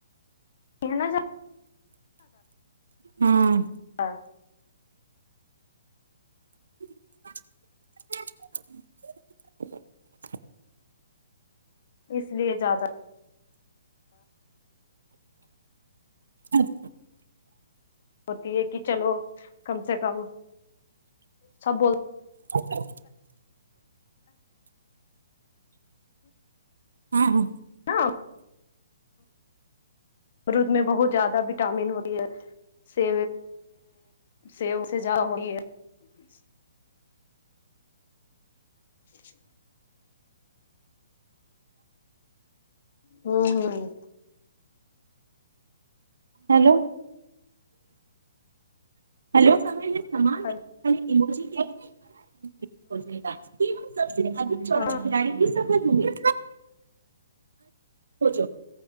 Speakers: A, on the left; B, on the right.
A: کہا ج
B: ہاں
A: ہاں
B: ج
A: اس لیے زیادہ
B: اچ
A: ہوتی ہے کہ چلو کم سے کم سب بول
B: ھم ہاں ہاں
A: ہاں برود میں بہت زیادہ وٹامن ہوی ہے سی سی سجا ہوئی ہے جیی اچھ ہوں ہوں
B: ہیلو ہلو سمے میں سامان
A: ہلو
B: ایموجی کیا سب سے ادھک چ
A: ہاں
B: کھلاڑی بھی سفر ہ گے س